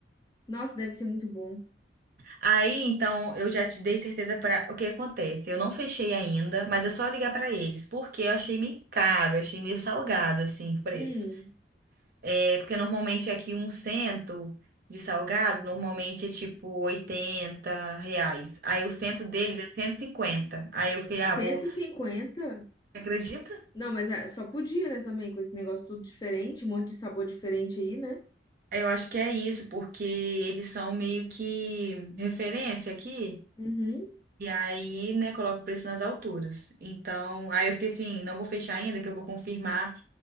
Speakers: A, on the left; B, on the right.
A: nossa, deve ser muito bom.
B: Aí, então, eu já te dei certeza para o que acontece. Eu não fechei ainda, mas é só ligar para eles, porque eu achei meio caro, achei meio salgado, assim, o preço.
A: Hum.
B: É, porque normalmente aqui um cento de salgado, normalmente é tipo 80 reais. Aí o cento deles é cento e cinquenta Aí eu fiquei, ah,
A: cento
B: vou.
A: e cinquenta
B: Acredita?
A: Não, mas é- só podia, né, também, com esse negócio tudo diferente, um monte de sabor diferente aí, né?
B: Eu acho que é isso, porque eles são meio que referência aqui.
A: Uhum.
B: E aí, né, coloca o preço nas alturas. Então, aí eu fiquei assim, não vou fechar ainda, que eu vou confirmar,